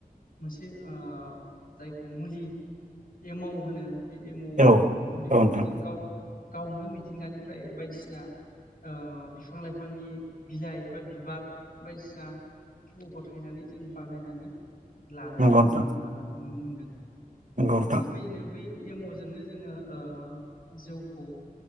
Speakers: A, on the left (about 75°); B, on the right (about 55°).
A: मोनसे ओ जायखौ मुलि एमाव होनो। बे एम
B: औ
A: मुलिखौबो
B: औ नोंथां
A: जों गाव गावनो मिथिंगानिफ्राय बायदिसिन। सिना ओ बिफां लाइफांनि बिलाइ बा बिबार बायदिसिना गथायनानै जों बानायनानै लानायखौ
B: नंगौ नोंथां
A: जों ओ नुनो मोनदो। दों
B: नंगौ नोंथां
A: थिग बदिनो बै एम जोंनो जोङो ओ जौखौ